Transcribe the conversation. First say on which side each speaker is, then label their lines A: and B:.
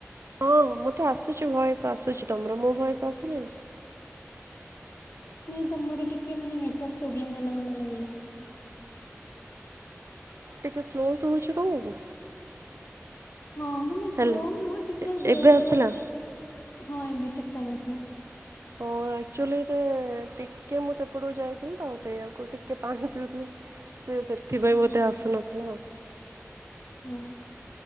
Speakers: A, on the right; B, on the left.
A: ହଁ ମତେ ଆସୁଛି ଭଏସ ଆସୁଛି ତମର ମୋ ଭଏସ ଆସୁନି?
B: ନାଇଁ ତମର ଟିକେ ମାନେ ନେଟାର୍କ ପ୍ରୋବ୍ଲେମ ହେଲା ଭଳିଆ ଲାଗିଲା।
A: ଟିକେ ସ୍ଲୋ ଶୁବୁଛି ତମକୁ?
B: ହଁ ମାନେ ସ୍ଲୋ
A: ହ୍ୟାଲୋ
B: ନୁହଁ ଠିକି ଠାକ ବେଳେ
A: ଏବେ
B: ବେଳେ
A: ଆସିଲା?
B: ହଁ ଏବେ ଠିକି ଠାକ ଆସିଲା।
A: ହ। ଅଚ୍ୟୁଲି ତେ ଟିକେ ମୁଁ ସେପଟକୁ ଯାଇଥିଲି ତ ସେଇଆକୁ ଟିକେ ପାଣି ପିଉଥିଲି। ସେ ସେଥିପାଇଁ
B: ଓ
A: ମୋତେ ଆସୁନଥିଲା ଆଉ।
B: ହୁଁ